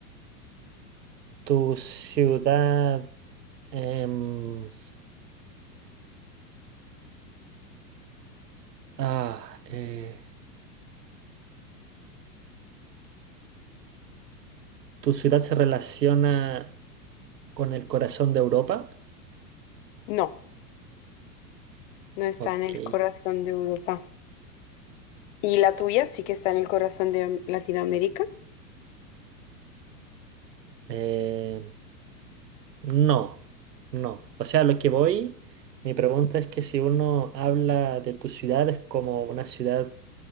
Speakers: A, on the right; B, on the left.
A: Tu ciudad. em, ah, eh, ¿tu ciudad se relaciona con el corazón de Europa?
B: No, no está
A: Ok.
B: en el corazón de Europa. ¿Y la tuya sí que está en el corazón de Latinoamérica?
A: Em, no, no. O sea, a lo que voy, mi pregunta es que si uno habla de tu ciudad es como una ciudad